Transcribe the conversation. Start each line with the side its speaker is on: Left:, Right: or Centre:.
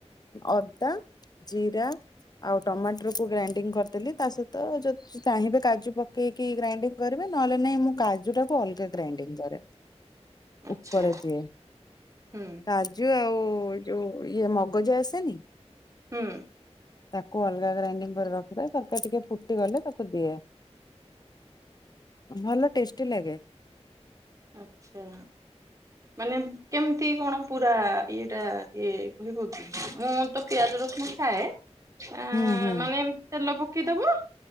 Left: ଅଦା ଜିରା ଆଉ ଟମାଟୋ ରକୁ ଗ୍ରାଇଣ୍ଡିଂ କରିଦେଲି ତା ସହିତ ଯ ଚାହିଁବେ କାଜୁ ପକେଇକି ଗ୍ରାଇଣ୍ଡିଙ୍ଗ କରିବେ ନହେଲେ ନାଇଁ ମୁଁ କାଜୁ ଟାକୁ ଅଲଗା ଗ୍ରାଇଡିଙ୍ଗ କରେ।
Right: ଆଚ୍ଛା।
Left: ଉପରେ ଦିଏ।
Right: ହୁଁ।
Left: କାଜୁ ଆଉ ଯୋଉ ଇଏ ମଗଜ ଆସେନି।
Right: ହୁଁ
Left: ତାକୁ ଅଲଗା ଗ୍ରାଇଣ୍ଡିଙ୍ଗ କରି ରଖିିବା ତରକାରି ଟିକେ ଫୁଟିଗଲେ ତାକୁ ଦିଏ। ଭଲ ଟେଷ୍ଟି ଲାଗେ।
Right: ଆଛା। ମାନେ କେମିତି କଣ ପୁରା ଇଏଟା ଇଏ କହିବ କି ମୁଁ ତ ପିଆଜ ରଶୁ ଣ ଖାଏ। ଆ
Left: ହୁଁ ହୁଁ
Right: ମାନେ ଏମତି ତେଲ ପକେଇଦବ